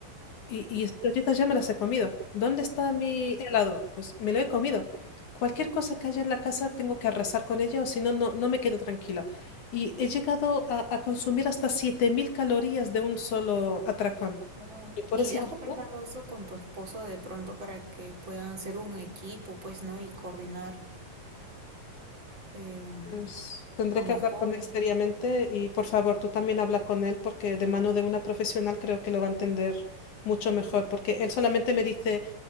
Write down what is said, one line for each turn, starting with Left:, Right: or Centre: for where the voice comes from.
Left: Y, y esas galletas ya me las he comido. ¿Dónde está mi helado? Pues me lo he comido. Cualquier cosa que haya en la casa tengo que arrasar con ella o si no, no no me quedo tranquila. Y he llegado a, a consumir hasta 7.000 calorías de un solo atracón.
Right: wow.
Left: ¿Lo puedes
Right: ¿Y
Left: imaginar?
Right: has conversado eso con tu esposo de pronto para que puedan ser un equipo, pues, ¿no? Y coordinar em,
Left: Pues, tendré
Right: tu mejora.
Left: que hablar con él seriamente y por favor tú también habla con él porque de mano de una profesional creo que lo va a entender mucho mejor porque él solamente me dice,